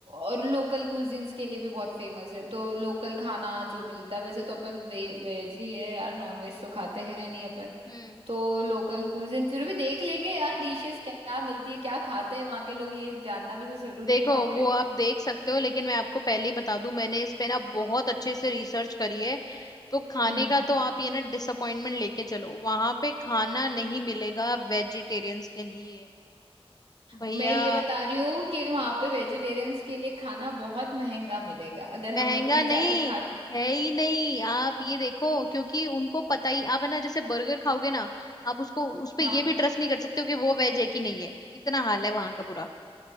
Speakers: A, on the right (about 65°); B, on the left (about 40°).
A: और लोकल कुजिन्स के लिए भी बहुत फेमस है तो लोकल खाना जो मिलता है वैसे तो अपन वे, वेज ही है यार नॉन वेज तो खाते हैं नहीं अपन
B: हम्म
A: तो लोकल कुजिन फिर भी देख लेंगे यार डिशेस क्या, क्या मिलती है क्या खाते हैं वहाँ के लोग ये जानना भी तो जरूरी
B: देखो
A: है वहाँ
B: वो
A: पे
B: आप देख सकते हो लेकिन मैं आपको पहले ही बता दूं मैंने इस पे ना बहुत अच्छे से रिसर्च करी है तो खाने
A: हम्म
B: का तो आप ये ना डिसअपॉइंटमेंट लेके चलो वहां पे खाना नहीं मिलेगा वेजिटेरियंस के लिए भैया
A: मैं ये बता रही हूँ कि वहां पे वेजिटेरियंस के लिए खाना बहुत महंगा मिलेगा अगर हम
B: महंगा
A: ज- कहीं
B: नहीं
A: जाके खा
B: है ही नहीं आप ये देखो क्योंकि उनको पता ही आप है ना जैसे बर्गर खाओगे ना आप उसको उस पे
A: हाँ
B: ये भी ट्रस्ट नहीं कर सकते हो कि वो वेज है कि नहीं है इतना हाल है वहां का बुरा